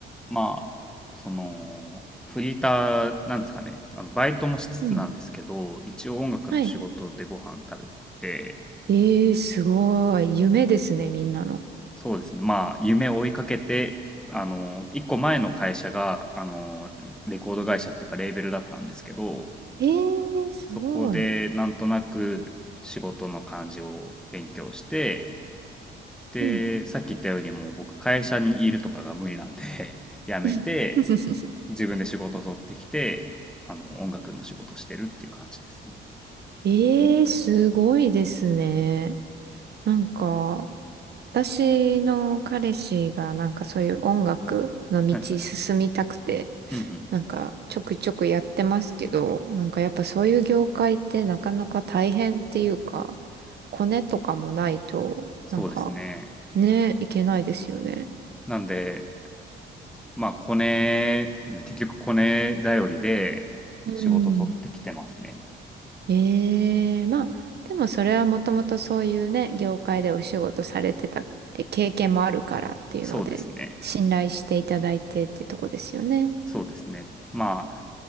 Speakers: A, in the centre; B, on the right.
A: まあ、その、フリーターなんですかね、あの、バイトもしつつなんですけど、
B: うん。
A: 一応音楽の仕事でご飯食べて、
B: はい。ええすごい。夢ですね、みんなの。
A: そうですね。まあ、夢を追いかけて、あの、一個前の会社が、あの、レコード会社っていうか、レーベルだったんですけど、
B: ええすごい。
A: そこで、なんとなく仕事の感じを勉強して、で、
B: うん。
A: さっき言ったように、もう僕、会社にいるとかが無理なんで <laughs> 辞めて、
B: <laughs>
A: 自分で仕事を取ってきて、あの、音楽の仕事をしてるっていう感じですね。
B: ええすごいですね。なんか、私の彼氏がなんかそういう音楽の道進みたくて、
A: はいはい。うんうん。
B: なんかちょくちょくやってますけど、なんかやっぱそういう業界ってなかなか大変っていうか、コネとかもないと、
A: そうですね。
B: なんかね、いけないですよね。
A: なんで、まあ、コネ、結局コネ頼りで仕事取ってきてますね。
B: うんええまあ、でもそれはもともとそういうね、業界でお仕事されてたって経験もあるからっていうので、
A: そうですね。
B: 信頼していただいてってとこですよね。
A: そうですね。まあ、